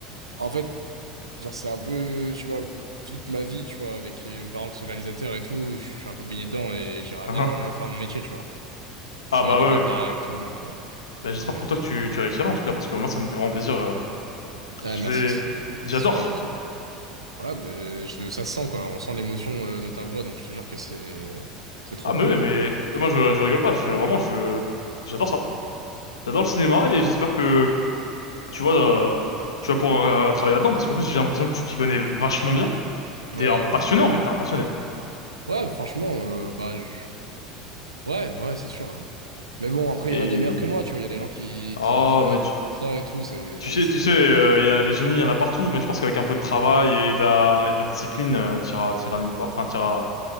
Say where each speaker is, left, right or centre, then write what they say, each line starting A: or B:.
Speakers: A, on the right; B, on the left.
A: En fait. Genre, c'est un peu, tu vois, toute ma vie, tu vois, avec mes parents qui sont réalisateurs et tout, je suis un peu baigné dedans et j'aimerais
B: Ah
A: bien
B: ah.
A: faire mon métier, tu vois. Je
B: Ah,
A: suis
B: bah
A: dans une
B: ouais.
A: école
B: ouais.
A: d'art et tout, donc, euh,
B: Ben,
A: donc
B: j'espère
A: ouais.
B: pour toi que tu tu réussiras en tout cas parce que moi ça me fait vraiment plaisir. euh.
A: Ah,
B: Je sais-
A: merci, c'est
B: j'adore.
A: c'est super gentil. Ouais, mais je- ça se sent, quoi. On sent l'émotion euh, dans ta voix, donc je te jure que c'est c'est trop
B: Ah mais
A: cool,
B: oui,
A: quoi.
B: mais moi je je rigole pas, je vraiment je j'adore ça. J'adore le cinéma
A: Ouais,
B: et j'espère que tu vois euh, tu vas pouvoir euh, travailler là-dedans parce qu'en plus j'ai l'impression que tu t'y connais vachement bien.
A: ouais.
B: T'es un
A: Ouais,
B: passionné en fait, t'es un passionné.
A: Ouais, franchement, euh, bah, je- ouais, ouais, c'est sûr. hein. Mais bon, après,
B: Et
A: il y en a des meilleurs que moi, tu vois. Il y a des gens qui,
B: oh,
A: qui, qui ont
B: mais
A: un don
B: tu,
A: pour ça et tout, c'est
B: tu sais,
A: c'est
B: tu sais, euh,
A: c'est sûr.
B: il y a les génies, il y en a partout. Mais je pense qu'avec un peu de travail et de la, et de la discipline, euh, t'iras, t'iras nulle part. Enfin, t'iras,